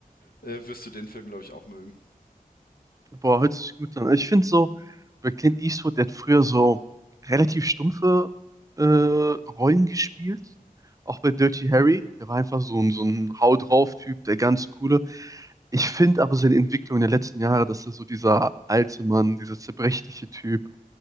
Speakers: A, on the left (about 80°); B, on the right (about 25°).
A: äh, wirst du den Film, glaube ich, auch mögen.
B: Boah, hört sich gut an. Ich finde so, bei Clint Eastwood, der hat früher so relativ stumpfe äh, Rollen gespielt. Auch bei Dirty Harry, der war einfach so ein, so ein Hau drauf-Typ, der ganz coole. Ich finde aber seine Entwicklung der letzten Jahre, dass er so dieser alte Mann, dieser zerbrechliche Typ,